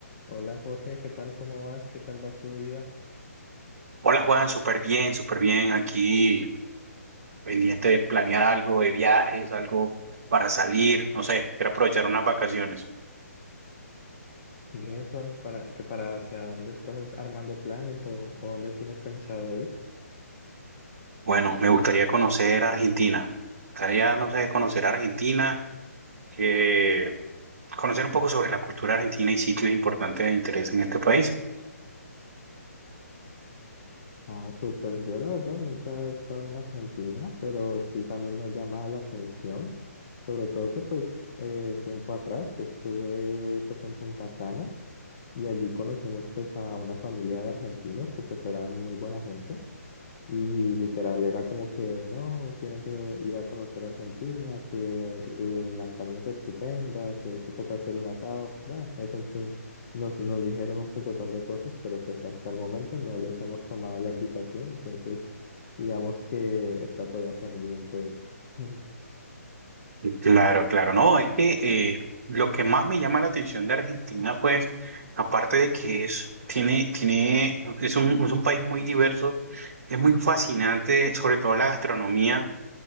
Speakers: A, on the left (about 40°); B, on the right (about 50°).
A: Hola Jorge, ¿qué tal? ¿Cómo vas? ¿Qué tal va tu día?
B: Hola Juan, súper bien, súper bien. Aquí pendiente de planear algo de viajes, algo para salir, no sé, quiero aprovechar unas vacaciones.
A: Y eso, para que para hacia dónde estás armando planes o, o dónde tienes pensado ir?
B: Bueno, me gustaría conocer Argentina. Me gustaría, no sé, conocer Argentina, eh, conocer un poco sobre la cultura argentina y sitios importantes de interés en este país.
A: Ah, súper. Yo la verdad nunca he estado en Argentina, pero sí también me llama la atención, sobre todo que pues eh, tiempo atrás estuve pues en Punta Cana y allí conocimos pues a una familia de argentinos que pues eran muy buena gente. Y literal era como que no, tienen que ir a conocer Argentina, que la carne es estupenda, que eso toca hacer un asado. Bueno, eso en fin, nos, nos dijeron un pocotón de cosas, pero pues hasta el momento no les hemos tomado la invitación, entonces digamos que está todavía pendiente eso. <laughs>
B: Claro, claro, no, es que eh, lo que más me llama la atención de Argentina, pues, aparte de que es, tiene, tiene, es un, es un país muy diverso, es muy fascinante, sobre todo la gastronomía,